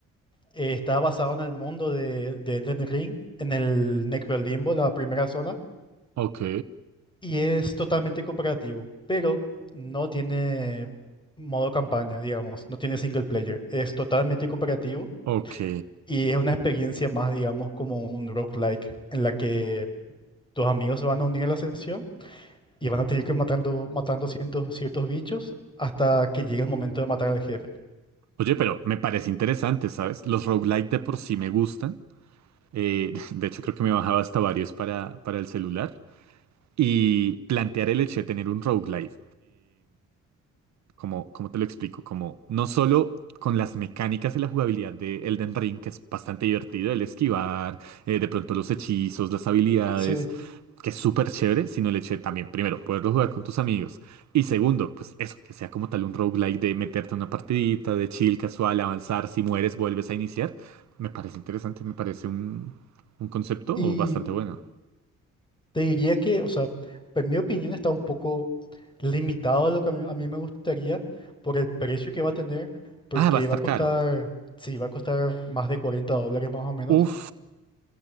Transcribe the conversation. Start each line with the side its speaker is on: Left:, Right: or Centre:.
Left: eh, está basado en el mundo de, de Elden Ring, en el Necrolimbo, la primera zona,
Right: ok,
Left: y es totalmente cooperativo, pero no tiene modo campaña, digamos, no tiene single player, es totalmente cooperativo
Right: ok.
Left: y es una experiencia más, digamos, como un roguelike, en la que tus amigos se van a unir a la sesión Y van a tener que ir matando, matando cientos- ciertos bichos hasta que llegue el momento de matar al jefe.
Right: Oye, pero me parece interesante, ¿sabes? Los roguelike de por sí me gustan. Eh, <laughs> de hecho, creo que me bajaba hasta varios para, para el celular. Y plantear el hecho de tener un roguelike. Como, ¿cómo te lo explico? Como no solo con las mecánicas y la jugabilidad de Elden Ring, que es bastante divertido, el esquivar, eh, de pronto los hechizos, las habilidades,
Left: Sí,
Right: que es súper chévere, sino el hecho de también, primero, poderlo jugar con tus amigos. Y segundo, pues eso, que sea como tal un roguelike de meterte a una partidita, de chill, casual, avanzar, si mueres, vuelves a iniciar. Me parece interesante, me parece un, un concepto
Left: Y
Right: bastante bueno.
Left: te diría que, o sea, en mi opinión está un poco limitado a lo que a mí, a mí me gustaría por el precio que va a tener, porque
Right: Ah, va a estar
Left: va a costar,
Right: caro.
Left: sí, va a costar más de 40 dólares más o menos.
Right: Uf.